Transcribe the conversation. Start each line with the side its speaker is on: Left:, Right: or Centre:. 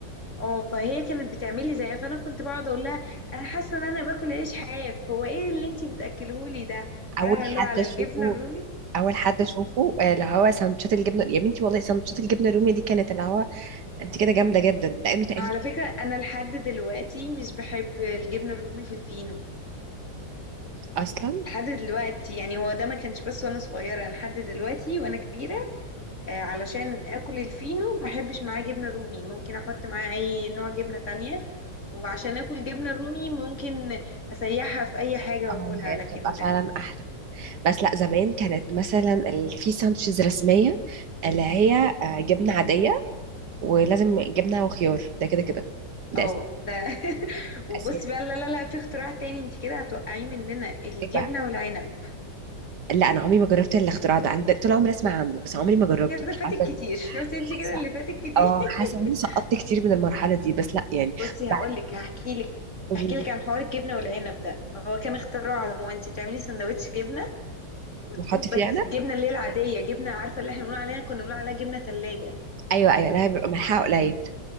Left: اه فهي كانت بتعمل لي زيها فانا كنت بقعد اقول لها انا حاسه ان انا باكل عيش حاف هو ايه اللي انتي بتاكلهولي ده
Right: اول
Left: فاهمه اللي
Right: حد
Left: هو على
Right: اشوفه
Left: الجبنه الرومي
Right: اول حد اشوفه آه، اللي هو سندوتشات الجبنه يا بنتي والله سندوتشات الجبنه الرومي دي كانت اللي هو انت كده جامده جدا لانه تقريبا
Left: على فكرة أنا لحد دلوقتي مش بحب الجبنة الرومي في الفينو
Right: اصلا
Left: لحد دلوقتي يعني هو ده ما كانش بس وأنا صغيرة أنا لحد دلوقتي وأنا كبيرة آه، علشان آكل الفينو ما أحبش معاه جبنة رومي ممكن أحط معاه أي نوع جبنة تانية وعشان آكل جبنة رومي ممكن أسيحها في أي حاجة
Right: اه
Left: وآكلها
Right: هي
Left: لكن
Right: بتبقى فعلا احلى بس لا زمان كانت مثلا ال- في ساندوتشز رسميه اللي هي آه، جبنه عاديه ولازم جبنه وخيار ده كده كده ده
Left: اه
Right: أس-
Left: ده <laughs> وبصي
Right: اساسي
Left: بقى لا لا لا في اختراع تاني انت كده هتوقعيه مننا الجبنة
Right: إيه بقى
Left: والعنب
Right: لا انا عمري ما جربت الاختراع ده انا د- طول عمري اسمع عنه بس عمري ما جربته
Left: كده
Right: مش
Left: فاتك
Right: عارفه
Left: كتير
Right: ليه
Left: شفتي انت كده
Right: حاسه
Left: اللي فاتك كتير
Right: اه
Left: <laughs>
Right: حاسه ان انا سقطت كتير من المرحله دي بس لا يعني
Left: بصي
Right: بعد
Left: هقول لك هحكي لك
Right: قولي
Left: هحكي
Right: لي
Left: لك عن حوار الجبنه والعنب ده هو كان اختراعه وانت بتعملي سندوتش جبنه وتقوم
Right: وحط فيه
Left: بس
Right: عنب
Left: الجبنه اللي هي العاديه جبنه عارفه اللي احنا بنقول عليها كنا بنقول عليها جبنه تلاجة
Right: ايوه ايوه لا بيبقى ملحها قليل